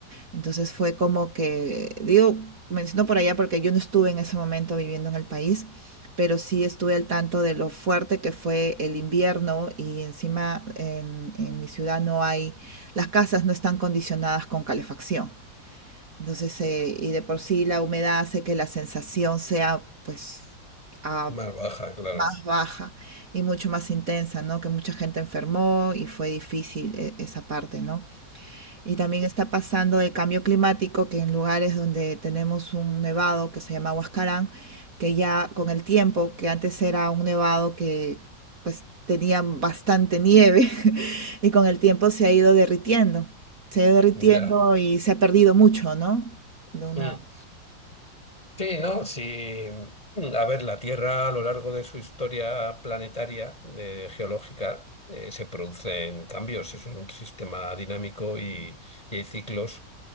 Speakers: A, on the right (about 45°); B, on the left (about 20°).
A: Entonces fue como que, digo, menciono por allá porque yo no estuve en ese momento viviendo en el país, pero sí estuve al tanto de lo fuerte que fue el invierno y encima en, en mi ciudad no hay, las casas no están condicionadas con calefacción. Entonces, eh, y de por sí la humedad hace que la sensación sea pues a-
B: Más baja, claro.
A: más baja y mucho más intensa, ¿no? Que mucha gente enfermó y fue difícil eh, esa parte, ¿no? Y también está pasando el cambio climático, que en lugares donde tenemos un nevado que se llama Huascarán, que ya con el tiempo, que antes era un nevado que pues tenía bastante nieve, <laughs> y con el tiempo se ha ido derritiendo, se ha ido derritiendo
B: Ya.
A: y se ha perdido mucho, ¿no? De una...
B: Mm. Sí, ¿no? Sí. A ver, la Tierra a lo largo de su historia planetaria, de geológica, eh, se producen cambios. Es un sistema dinámico y, y hay ciclos